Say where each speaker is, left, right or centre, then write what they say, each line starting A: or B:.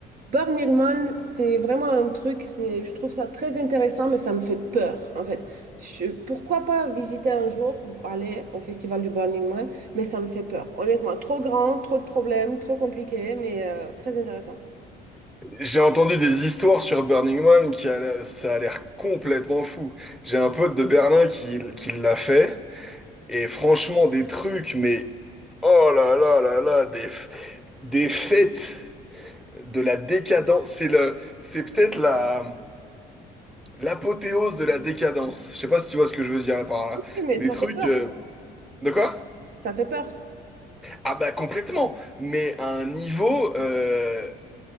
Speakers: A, on the right; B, in the centre.
A: Burning c'est vraiment un truc, c'est, je trouve ça très intéressant, mais ça me fait peur, en fait. Je, pourquoi pas visiter un jour, aller au festival du Burning Man, mais ça me fait peur. Honnêtement, trop grand, trop de problèmes, trop compliqué, mais euh, très intéressant.
B: J'ai entendu des histoires sur Burning Man qui a, l'air- ça a l'air complètement fou. J'ai un pote de Berlin qui, qui l'a fait et franchement des trucs mais oh là là là là des f- des fêtes de la décadence. C'est le c'est peut-être la l'apothéose de la décadence. Je sais pas si tu vois ce que je veux dire par là.
A: Oui, mais
B: Des
A: ça
B: trucs
A: fait peur,
B: euh, de quoi?
A: ça fait peur.
B: Ah bah complètement. Mais à un niveau euh,